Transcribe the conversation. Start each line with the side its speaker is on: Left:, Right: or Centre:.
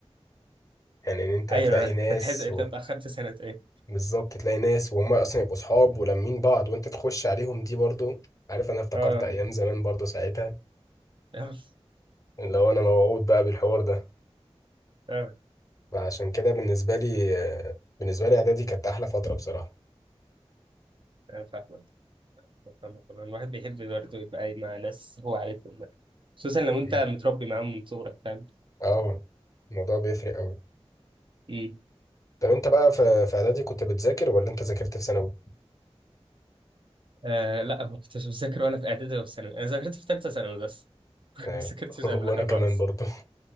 Left: يعني ان انت
Right: ايوه
Left: تلاقي
Right: أنا-
Left: ناس
Right: انت تحز انت اتاخرت سنه ايه
Left: بالظبط تلاقي ناس وهم اصلا يبقوا صحاب ولمين بعض وانت تخش عليهم دي برضو عارف انا افتكرت
Right: اه
Left: ايام زمان برضو ساعتها
Right: اه
Left: لو انا موعود بقى بالحوار ده
Right: اه
Left: فعشان كده بالنسبه لي بالنسبه لي اعدادي كانت احلى فتره بصراحه
Right: انا فاهمك فاهمك والله. الواحد بيحب برضه يبقى قاعد مع ناس هو عارفهم بقى. خصوصا لو انت
Left: مم.
Right: متربي معاهم من صغرك فاهم
Left: اه الموضوع بيفرق قوي
Right: امم
Left: طب انت بقى في في اعدادي كنت بتذاكر ولا انت ذاكرت في ثانوي
Right: آه لا ما كنتش بذاكر ولا في اعدادي ولا في ثانوي انا ذاكرت في ثالثه ثانوي بس <laughs> ما
Left: آه.
Right: ذاكرتش
Left: <laughs> وانا
Right: قبلها
Left: كمان
Right: خالص
Left: برضو